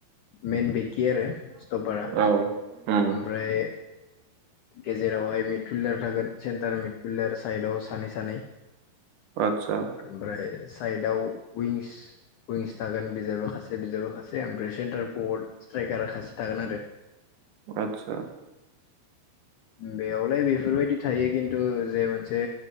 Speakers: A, on the left; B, on the right.
A: मेन बेकखै आरो स्थ'पारा
B: औ उम
A: ओमफ्राय गेजेरावहाय मिडफिल्डार थागोन। सेन्टार मिड फिल्डार साइदाव सानै सानै
B: आदसा
A: ओमफ्राय साइडआव उइंगस उइंगस थागोन बिजाबा खासे बिजाबा खासे ओमफ्राय सेन्टार पवर्ड स्ट्राइकारा खासे थागोन आरो।
B: आदसा
A: बेयावलाय बेफोरबायदि थायो खिन्थु जे मोनसे